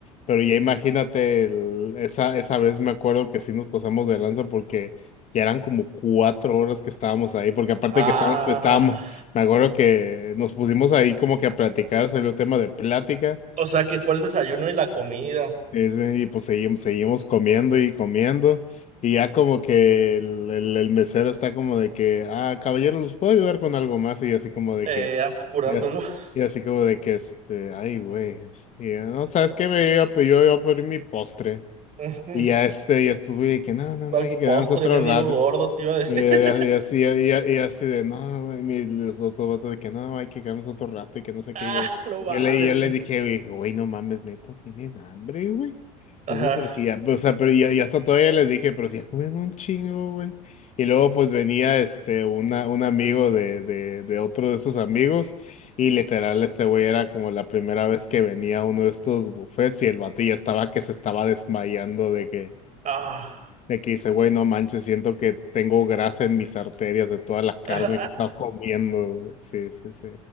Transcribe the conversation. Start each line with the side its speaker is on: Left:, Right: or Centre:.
Left: Pero ya imagínate, el- esa, esa vez me acuerdo que sí nos pasamos de lanza porque ya eran como cuatro horas que estábamos ahí, porque aparte
Right: Ah.
Left: de que estábamos, estábamos, me acuerdo que nos pusimos ahí como que a platicar, salió tema de plática.
Right: O sea que fue el desayuno y la comida.
Left: Es, eh, y pues seguimos, seguimos comiendo y comiendo. Y ya como que el, el- el mesero está como de que, ah, caballero, ¿los puedo ayudar con algo más? Y así como de
Right: Eh,
Left: que,
Right: apurándolo.
Left: y as-
Right: <laughs>
Left: y así, como de que, este, ay, güey. es- Y ya, no, ¿sabes qué? Me iba, a pe- yo iba a pedir mi postre.
Right: Ujú.
Left: Y ya este, y estuve de que, no, no,
Right: ¿Cuál
Left: no, hay que
Right: postre,
Left: quedarnos otro
Right: mendigo
Left: rato.
Right: gordo, te iba a decir?
Left: Y, y-
Right: <laughs>
Left: y así, y, a- y así de, no, güey, mi- los otros vatos de que no, hay que quedarnos otro rato y que no sé
Right: Ah,
Left: qué. Yo,
Right: no mames,
Left: yo le, yo
Right: que.
Left: les dije, güey, güey, no mames, neta, tienen hambre, güey.
Right: Ah,
Left: Yo, güey, pero sí, ya, o sea, pero ya, ya hasta todavía les dije, pero sí, ya comieron un chingo, güey. Y luego, pues venía este, una, un amigo de, de, de otro de esos amigos, y literal, este güey era como la primera vez que venía a uno de estos buffets, y el vato ya estaba que se estaba desmayando de que.
Right: ah,
Left: De que dice, güey, no manches, siento que tengo grasa en mis arterias de toda la carne
Right: <laughs>
Left: que he estado comiendo. güey". Sí, sí, sí.